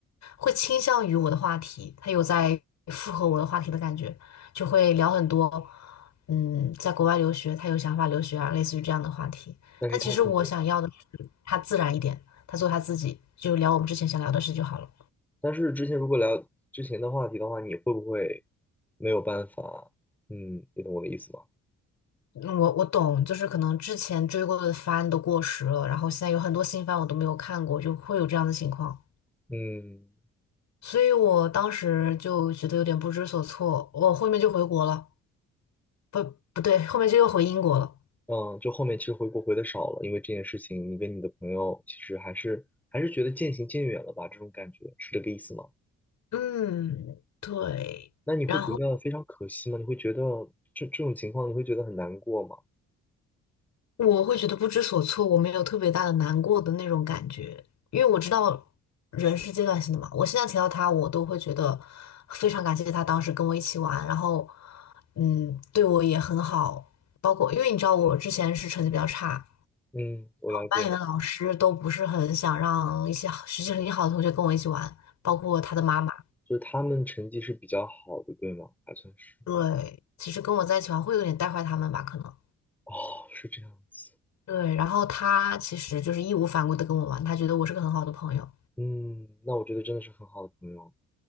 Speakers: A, on the left; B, in the centre.
A: 会倾向于我的话题，他有在附和我的话题的感觉，就会聊很多，嗯，在国外留学，他有想法留学啊，类似于这样的话题。
B: 但是他可能，
A: 但其实我想要的是他自然一点，他做他自己，就聊我们之前想聊的事就好了。
B: 但是之前如果聊之前的话题的话，你会不会没有办法？嗯，你懂我的意思吗？
A: 嗯我我懂，就是可能之前追过的番都过时了，然后现在有很多新番我都没有看过，就会有这样的情况。
B: 嗯
A: 所以我当时就觉得有点不知所措，我后面就回国了，不不对，后面就又回英国了。
B: 嗯，就后面其实回国回的少了，因为这件事情，你跟你的朋友其实还是还是觉得渐行渐远了吧？这种感觉是这个意思吗？
A: 嗯，对。
B: 那你会觉得非常可惜吗？
A: 然后
B: 你会觉得这这种情况，你会觉得很难过吗？
A: 我会觉得不知所措，我没有特别大的难过的那种感觉，因为我知道人是阶段性的嘛。我现在提到他，我都会觉得非常感谢他当时跟我一起玩，然后嗯，对我也很好。包括因为你知道我之前是成绩比较差，
B: 嗯，我了解。
A: 班里的老师都不是很想让一些好学习成绩好的同学跟我一起玩，包括他的妈妈。
B: 就是他们成绩是比较好的，对吗？还算是。
A: 对，其实跟我在一起玩会有点带坏他们吧，可能。
B: 哦，是这样子。
A: 对，然后他其实就是义无反顾的跟我玩，他觉得我是个很好的朋友。
B: 嗯，那我觉得真的是很好的朋友。